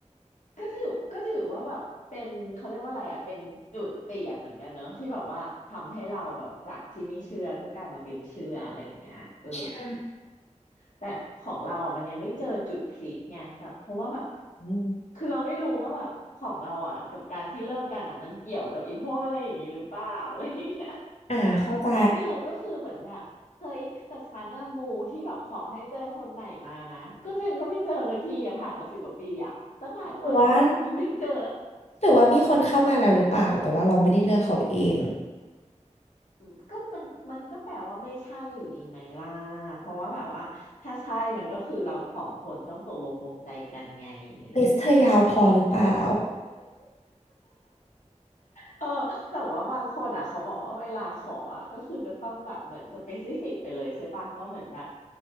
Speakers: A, on the left (about 80°); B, on the left (about 60°).
A: ก็ถือก็ถือว่าแบบเป็นเขาเรียกว่าอะไรอ่ะเป็นจุดเปลี่ยนเหมือนกันเนอะที่แบบว่าทำให้เราแบบจากที่ไม่เชื่อก็กลายมาเป็นเชื่ออะไรอย่างเงี้ยเออ
B: <laughs> ใช่
A: แต่ของเราอ่ะมันยังไม่เจอจุดพลิกไงแบบเพราะว่าแบบ
B: <laughs> อืม
A: คือเราไม่รู้ว่าแบบของเราอ่ะกับการที่เลิกกันอ่ะมันเกี่ยวกับอีพวกอะไรอย่างนี้หรือเปล่า <laughs> อะไรอย่างเงี้ย
B: อ่าเข้าใจ
A: <laughs> แต่ที่รู้ก็คือเหมือนแบบเฮ้ยแต่ฉันน่ะมูที่แบบขอให้เจอคนใหม่มานะก็ฉันก็ไม่เจอสักทีอ่ะผ่านมาสิบกว่าปีอ่ะตั้งหลายวัดอ่ะก็ไม่เจอ
B: หรือว่าหรือว่ามีคนเข้ามาแล้วหรือเปล่าแต่ว่าเราไม่ได้เลือกเขาเอง
A: อืมก็มันมันก็แปลว่าไม่ใช่อยู่ดีไหมล่ะเพราะว่าแบบว่าถ้าใช่มันก็คือเราสองคนต้องตกลงปรงใจกันไงอะไรอย่างเงี้ย
B: ลิสต์เธอยาวพอหรือเปล่า
A: เออแต่ว่าบางคนอ่ะเขาบอกว่าเวลาขออ่ะก็คือจะต้องแบบเหมือนสเปซิฟิกไปเลยใช่ปะว่าเหมือนแบบ